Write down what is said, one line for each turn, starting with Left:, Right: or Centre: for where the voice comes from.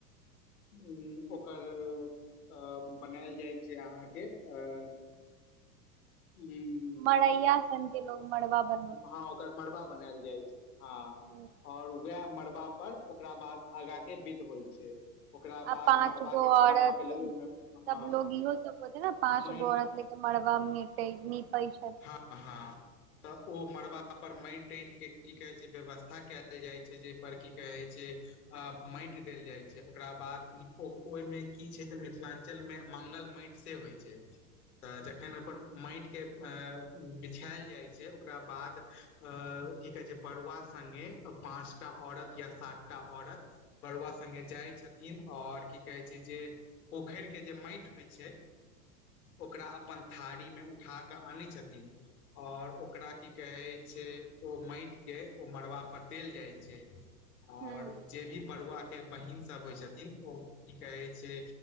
Left: उं ओकर अ बनेल जै छै अहाँके अ हू <unintelligible>
Right: मड़ैया सन के लोग मड़बा बनबै छ।
Left: हँ मड़बा बनेल जै छै हाँ
Right: हूँ,
Left: और उ वेह मरबा पर ओकरा बाद आगाँ के बिध होइ छै। ओकरा
Right: आ
Left: बाद
Right: पाँच
Left: मड़बा
Right: गो
Left: के
Right: औरत
Left: बनबय के लेल ओहिमे हँ
Right: सब लोग इहो सब होएते न पाँच
Left: माटि
Right: गो औरत ले त मड़बा मीपै-मीपैछ
Left: हाँ-हाँ-हाँ। तऽ ओ मरबा पर मैट-तैंट के की कहै छै ब्यवस्था केल जाइ छै जै पर की कहै छै आब मैट देल जै छै ओकरा बाद इ पो ओइ की छै त मिथिलाञ्चल में मंगल मैट से होइ छै तऽ जखन ओर माटिक के अ बिछेल जै छै ओक्रा बाद अ की कहै छै बरुवा संगे त पाँच-टा औरत या सात-टा औरत बरुवा सङ्गे जै छथीन और की कऐ छै जे पोखैर के जे मैट होइ छै ओकरा अपन थारी मे उठा क आनै छथिन। और ओकरा की कहै छै ओ मैट के ओ मड़बा पर देल जै छै। और
Right: हूँ
Left: जे भी बरुवा के बहीन सब होइ छथिन ओ की कहै छै